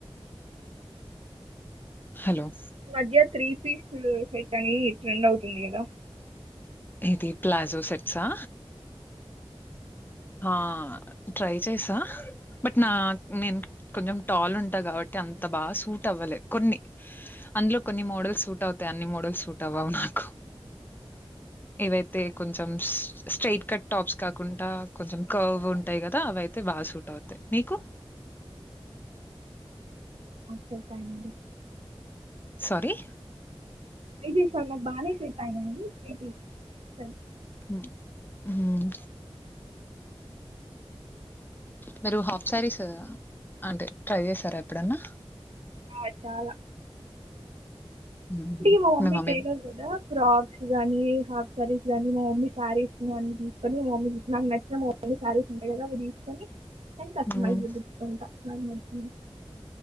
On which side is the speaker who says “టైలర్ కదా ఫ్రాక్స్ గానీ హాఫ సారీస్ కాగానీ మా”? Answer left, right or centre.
Right